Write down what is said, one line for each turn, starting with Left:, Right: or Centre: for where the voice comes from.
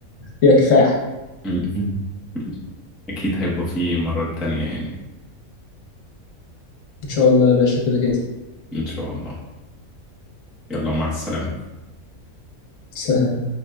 Left: فيها كفاح
Centre: <laughs> أكيد هيبقى في مرة تانية يعني
Left: إن شاء الله يا باشا كده كده
Centre: إن شاء الله يلا مع السلامة
Left: سهلة